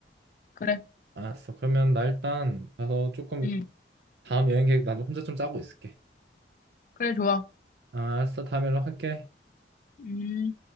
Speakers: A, on the left (about 45°); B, on the right (about 65°).
A: 그래.
B: 알았어. 그러면 나 일단 가서 조금
A: 응,
B: 다음 여행 계획 나 혼자 좀 짜고 있을게.
A: 그래, 좋아.
B: 아, 알았어. 다음에 연락할게.
A: 음.